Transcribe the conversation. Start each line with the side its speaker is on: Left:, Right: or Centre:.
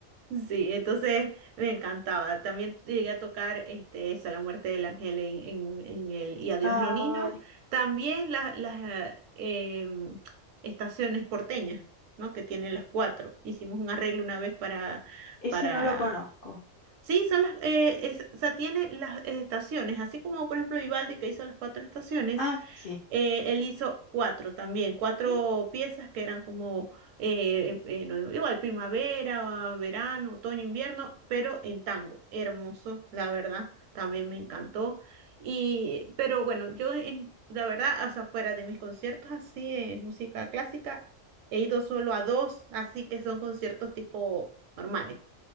Right: Sí, entonces me encantaba. También llegué a tocar este, esa, La muerte del ángel en, en, en el Y adiós
Left: Ay,
Right: Nonino. También las, las eh, em, estaciones porteñas, ¿no? Que tienen las cuatro. Hicimos un arreglo una vez para,
Left: ese
Right: para...
Left: no lo conozco.
Right: Sí, son las, eh, es- o sea, tiene las eh, estaciones, así como por ejemplo Vivaldi que hizo las cuatro estaciones,
Left: Ah, sí.
Right: eh, él hizo cuatro también, cuatro
Left: Ujú.
Right: piezas que eran como eh, eh, no, igual primavera, ah, verano, otoño, invierno, pero en tango. Hermoso, la verdad, también me encantó. Y, pero bueno, yo en- la verdad, hasta fuera de mis conciertos así de música clásica, he ido solo a dos, así que son conciertos tipo normales.